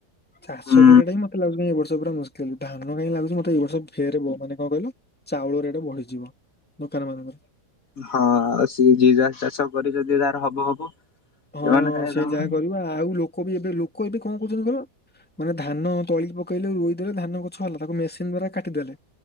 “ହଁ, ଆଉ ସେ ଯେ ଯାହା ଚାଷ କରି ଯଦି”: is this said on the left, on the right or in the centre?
Left